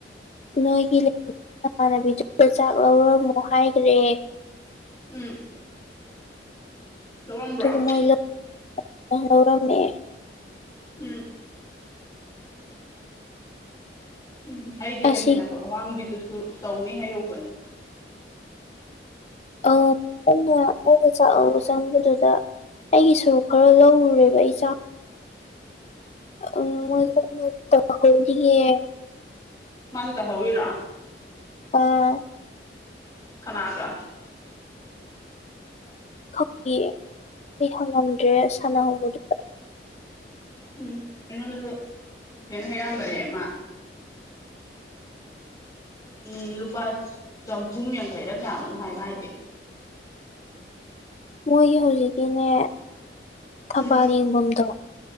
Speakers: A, on the left; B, on the left.
A: ꯅꯣꯏꯒꯤ ꯂꯩꯔꯤꯕ ꯅꯃꯥꯟꯅꯕꯤꯗꯨꯗ ꯆꯥꯛ ꯂꯧꯔꯝꯃꯣ ꯍꯥꯏꯈ꯭ꯔꯦ
B: ꯎꯝ ꯂꯧꯔꯝꯕ꯭ꯔꯣ
A: ꯊ ꯃꯣꯏ ꯂ ꯍꯧꯔꯝꯃꯦ
B: ꯎꯝ ꯎꯝ ꯑꯩꯒ
A: ꯑꯁꯤꯒꯤ
B: ꯂꯩꯃꯤꯟꯅꯕ ꯑꯋꯥꯡꯕꯤꯗꯨꯁꯨ ꯇꯧꯅꯤ ꯍꯥꯏꯍꯧꯕꯅ
A: ꯑ ꯑꯩꯒ ꯆꯥꯛ ꯂꯧꯕ ꯆꯪꯕꯗꯨꯗ ꯑꯩꯒꯤ ꯁꯔꯨ ꯈꯔ ꯂꯧꯔꯨꯔꯦꯕ ꯑꯩ ꯆꯥꯛ ꯎꯝ ꯃꯣꯏ ꯀꯟꯅ ꯇꯧꯍꯧꯔꯤꯌꯦ
B: ꯃꯥꯁꯨ ꯇꯧꯍꯧꯔꯤꯔꯣ
A: ꯑꯥ
B: ꯀꯅꯥꯒ
A: ꯈꯪꯗꯤꯌꯦ ꯑꯩ ꯍꯪꯉꯝꯗ꯭ꯔꯦ ꯁꯥꯟꯅꯍꯧꯕꯗꯨ
B: ꯎꯝ ꯑꯩꯉꯣꯟꯗꯁꯨ ꯇꯧꯁꯦꯅ ꯍꯥꯏꯔꯛꯑꯝꯕꯅꯦ ꯃꯥ ꯎꯝ ꯂꯨꯄꯥ ꯆꯥꯍꯨꯝ ꯌꯥꯡꯈꯩꯔ ꯀꯌꯥꯅꯣꯝ ꯍꯥꯏ ꯃꯥꯏꯗꯤ
A: ꯃꯣꯏꯒꯤ ꯍꯧꯖꯤꯛꯀꯤꯅꯦ ꯊꯕꯥꯜ
B: ꯎꯝ
A: ꯌꯦꯡꯐꯝꯗꯣ